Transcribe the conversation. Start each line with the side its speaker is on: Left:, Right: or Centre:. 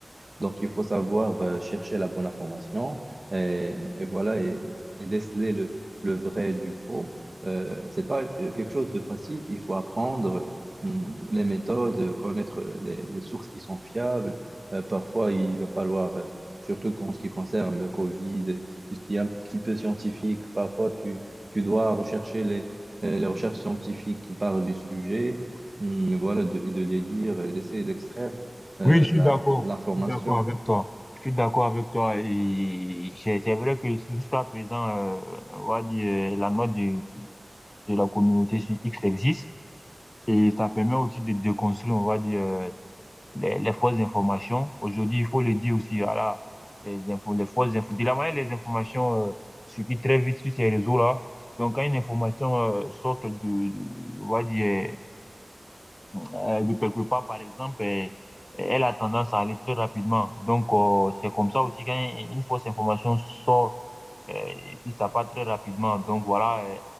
Right: Donc, il faut savoir euh, chercher la bonne information et, et voilà, et, et déceler le, le vrai du faux. Euh, c'est pas euh, quelque chose de facile. Il faut apprendre hum, les méthodes, connaître les, les sources qui sont fiables. Euh, parfois, il va falloir, euh, surtout en ce qui concerne le Covid puisqu'il ce qui est un petit peu scientifique. Parfois, tu, tu dois rechercher les, euh, les recherches scientifiques qui parlent du sujet, Hum, voilà, de- et de les lire et d'essayer d'extraire euh,
Left: Oui, je suis
Right: la,
Left: d'accord.
Right: l'information.
Left: Je suis d'accord avec toi. Je suis d'accord avec toi. Et c'est c'est vrai que jusqu'à présent, euh, on va dire, euh, la note de, de la communauté sur X existe. Et ça permet aussi de déconstruire, on va dire, euh, les, les fausses informations. Aujourd'hui, il faut le dire aussi, voilà, les infos, les fausses infos. De la manière, les informations euh, circulent très vite sur ces réseaux-là. Donc, quand une information euh, sort de, de- on va dire, euh, de quelque part, par exemple, euh, elle a tendance à aller très rapidement. Donc, euh, c'est comme ça aussi, quand une fausse information sort, euh, et puis ça part très rapidement. Donc, voilà, euh,